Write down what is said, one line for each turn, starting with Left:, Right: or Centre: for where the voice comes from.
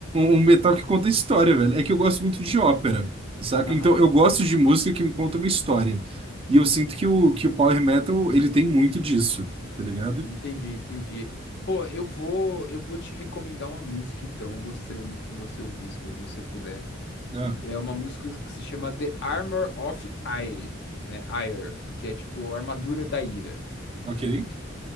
Right: um metal que conta história, velho. É que eu gosto muito de ópera, saca?
Left: Aham.
Right: Então eu gosto de música que me conta uma história. E eu sinto que o, que o Power Metal, ele tem muito disso, tá ligado?
Left: Entendi, entendi. Pô, eu vou, eu vou te recomendar uma música então. Eu gostaria muito que você ouvisse quando você puder.
Right: Ah,
Left: É uma música que se chama The Armor of Ire, né? Ire, que é tipo a armadura da ira,
Right: ok.
Left: né?